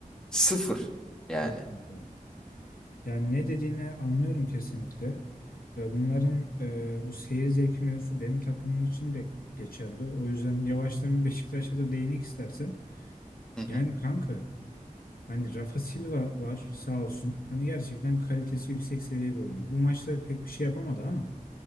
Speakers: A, in the centre; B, on the left (about 85°).
A: Sıfır yani.
B: Yok kanka. Yani ne dediğini anlıyorum kesinlikle. E, Bunların e, bu seyir zevki mevzusu benim takımım için de geçerli. O yüzden yavaştan bir Beşiktaş'a da değinek istersen.
A: Hı hı
B: Yani kanka hani Rafa Silva var sağ olsun. Hani gerçekten kalitesi yüksek seviye bir oyuncu. Bu maçta pek bir şey yapamadı ama